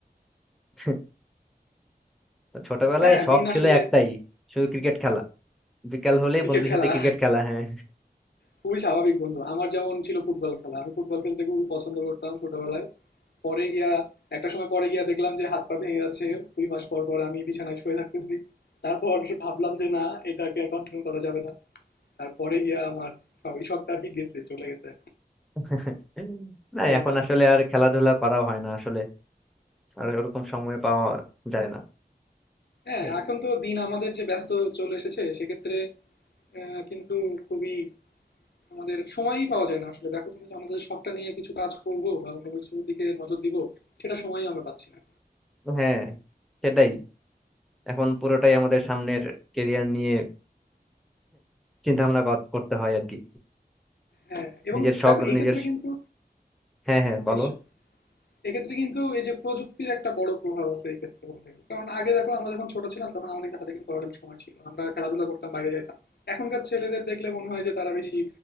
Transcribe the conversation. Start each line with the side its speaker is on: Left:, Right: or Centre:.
Centre: <laughs> তো ছোটবেলায়
Left: হ্যাঁ
Centre: শখ
Left: দিন
Centre: ছিল
Left: আসলে
Centre: একটাই শুধু ক্রিকেট খেলা বিকেল হলেই
Left: ক্রিকেট
Centre: বন্ধুদের
Left: খেলা
Centre: সাথে ক্রিকেট খেলা হ্যাঁ
Left: খুবই স্বাভাবিক বন্ধু আমার যেমন ছিল ফুটবল খেলা আমি ফুটবল খেলতে খুবই পছন্দ করতাম ছোটবেলায় পরে গিয়া একটা সময় পরে গিয়া দেখলাম যে হাত পা ভেঙে যাচ্ছে দুই মাস পর পর আমি বিছানায় শুয়ে থাকতেছি তারপর ভাবলাম যে না এটাকে আর কন্টিনিউ করা যাবে না তারপরে গিয়া আমার সব- এই শখটা আর কি গেছে চলে গেছে
Centre: <laughs> হুম।
Left: ফুটবল
Centre: না এখন
Left: খেলার
Centre: আসলে
Left: যে শখ
Centre: আর খেলাধুলা করা হয় না আসলে আর ওরকম সময় পাওয়া যায় না
Left: হ্যাঁ
Centre: এই
Left: এখন তো দিন আমাদের যে ব্যস্ত চলে এসেছে সেক্ষেত্রে আহ, কিন্তু খুবই আমাদের সময়ই পাওয়া যায় না আসলে দেখো তুমি যে আমাদের শখটা নিয়ে কিছু কাজ করব বা অন্য কিছু দিকে নজর দিব সেটা সময়ই আমরা পাচ্ছি না
Centre: হ্যাঁ সেটাই এখন পুরোটাই আমাদের সামনের কেরিয়ার নিয়ে চিন্তা ভাবনা করতে হয় আর কি
Left: হ্যাঁ এবং
Centre: নিজের শখ
Left: দেখো এই
Centre: নিজের
Left: ক্ষেত্রে কিন্তু
Centre: হ্যাঁ হ্যাঁ বলো
Left: নিশ্চয় এক্ষেত্রে কিন্তু এই যে প্রযুক্তির একটা বড় প্রভাব আছে এই ক্ষেত্রে বলতে গেলে। কারণ আগে দেখো আমরা যখন ছোট ছিলাম তখন আমাদের হাতে কিন্তু অনেক সময় ছিল আমরা খেলাধুলা করতাম বাইরে যাইতাম এখনকার ছেলেদের দেখলে মনে হয় যে তারা বেশি